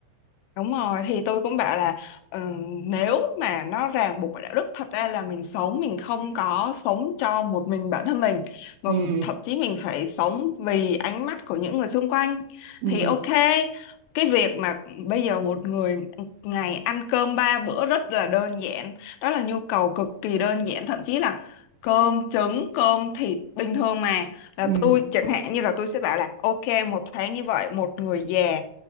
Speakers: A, on the left; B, on the right.
A: Đúng rồi, thì tôi cũng bảo là ờ, nếu mà nó ràng buộc bởi đạo đức thật ra là mình sống mình không có sống cho một mình bản thân mình mà
B: ừ
A: thậm chí mình phải sống vì ánh mắt của những người xung quanh
B: ừ
A: thì ok cái việc mà bây giờ một người ngày ăn cơm ba bữa rất là đơn giản đó là nhu cầu cực kỳ đơn giản thậm chí là cơm trứng cơm thịt bình thường mà là
B: ừ
A: tôi chẳng hạn như là tôi sẽ bảo là ok một tháng như vậy một người già